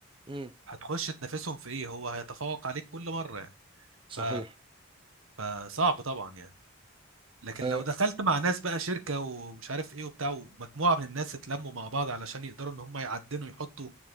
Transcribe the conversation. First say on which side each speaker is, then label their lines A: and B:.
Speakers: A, on the right; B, on the right.
A: مم.
B: هتخش تنافسهم في إيه هو هيتفوق عليك كل مرة يعني
A: صحيح
B: ف... فصعب طبعا يعني لكن
A: آه،
B: لو دخلت مع ناس بقى شركة ومش عارف ايه وبتاع ومجموعة من الناس اتلموا مع بعض علشان يقدروا ان هم يعدنوا يحطوا